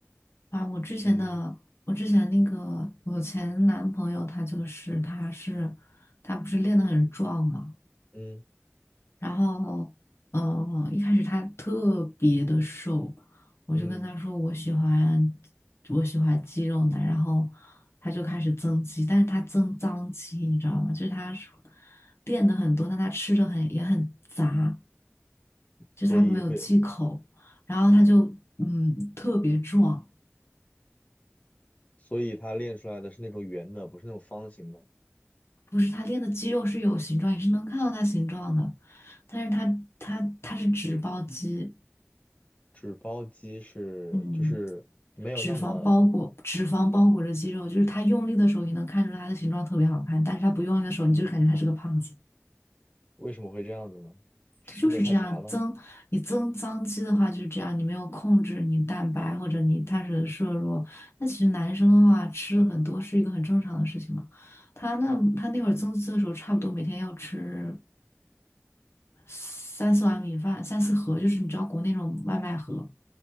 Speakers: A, on the left; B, on the left.
A: 啊。我之前的我之前那个我前男朋友他就是他是他不是练得很壮嘛。
B: 嗯嗯
A: 然后，嗯，一开始他特别的瘦，我就跟他说我喜欢
B: 嗯，
A: 我喜欢肌肉男，然后他就开始增肌，但是他增脏肌，你知道吗？就是他是练的很多，但他吃的很也很杂，就是他没有忌口，
B: 所以会，
A: 然后他就嗯特别壮，
B: 所以他练出来的是那种圆的，不是那种方形的。
A: 不是他练的肌肉是有形状，也是能看到他形状的，但是他他他是脂包肌，
B: 纸包鸡是就是没有那么，
A: 嗯。脂肪包裹，脂肪包裹着肌肉，就是他用力的时候，你能看出他的形状特别好看，但是他不用力的时候，你就感觉他是个胖子。
B: 为什么会这样子呢？吃的太杂了，
A: 就是这样，增你增脏肌的话就是这样，你没有控制你蛋白或者你碳水的摄入，那其实男生的话吃很多是一个很正常的事情嘛。他那他那会儿增肌的时候，差不多每天要吃三四碗米饭，三四盒，就是你知道国内那种外卖盒。